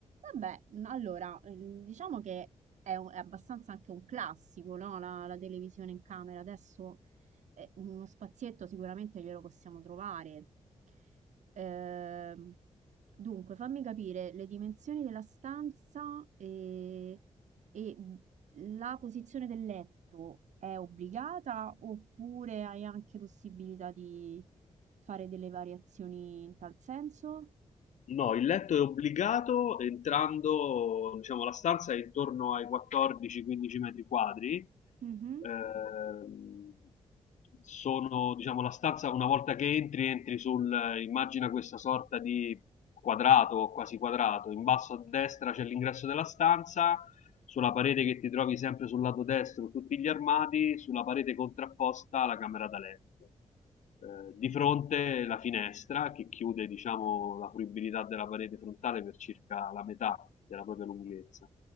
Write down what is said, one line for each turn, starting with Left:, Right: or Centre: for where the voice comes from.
Right: Vabbè, n- allora, ehm, diciamo che è, un- è abbastanza anche un classico, no? La, la televisione in camera. Adesso eh, uno spazietto sicuramente glielo possiamo trovare. Ehm, dunque, fammi capire le dimensioni della stanza e, e la posizione del letto è obbligata oppure hai anche possibilità di fare delle variazioni in tal senso?
Left: No, il letto è obbligato entrando, diciamo, la stanza è intorno ai 14-15 metri quadri.
Right: Mhm.
Left: Ehm, sono, diciamo, la stanza, una volta che entri, entri sul, immagina questa sorta di quadrato, quasi quadrato. In basso a destra c'è l'ingresso della stanza, sulla parete che ti trovi sempre sul lato destro tutti gli armadi, sulla parete contrapposta la camera da letto eh, di fronte la finestra che chiude diciamo, la fruibilità della parete frontale per circa la metà della propria lunghezza.